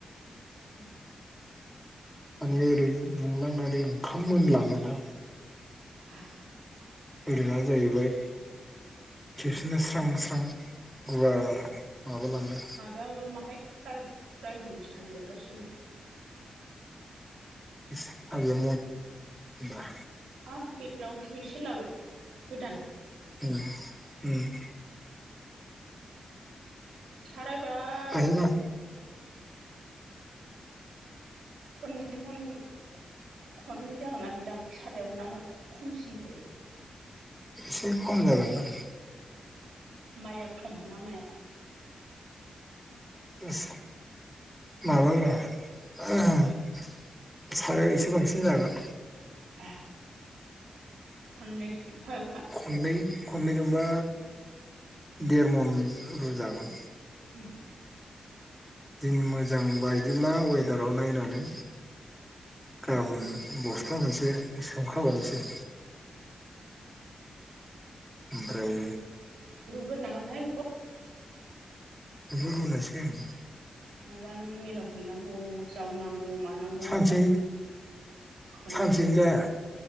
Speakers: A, on the right; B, in the centre.
A: <unintelligible>
B: माने ओरै दुंलांनानै ओंखाम मोनलाङोना।
A: आ।
B: ओरैहाय जाहैबाय खेबसेनो स्रां स्रां गुवार माबालाङो
A: माबायावल माहाय आय रायजोनि साबियाबा सोरनाव।
B: साबिया <unintelligible>
A: हाब बेनाव बेसो लाबाय गोदान?
B: <unintelligible> उम
A: सारायबाब
B: बाहायबा
A: खननै हांनो खननै जागोननादां सारायाव ना खमसिन जायो?
B: एसे खम जागोन दां।
A: माया खम ना माइआ?
B: उस माबाब्रा <unintelligible> सारायाव एसे बांसिन जागोन।
A: ए खननै फाब
B: खननै खननैजोंबा देरमन रुजागोन।
A: उह।
B: दिन मोजां बायदिब्ला वेदाराव नायनानै गाबोन बस्ता मोनसे सोमखाबावनोसै। ओमफ्राय
A: गोरनांगोनहाय बेखौ।
B: जरुलायासैमोन।
A: अबावबा नों मेलाव हैनांगौ जावनां गौ मानांगौ
B: सानसे
A: आलि खोनांगौ।
B: सानसेनो जाया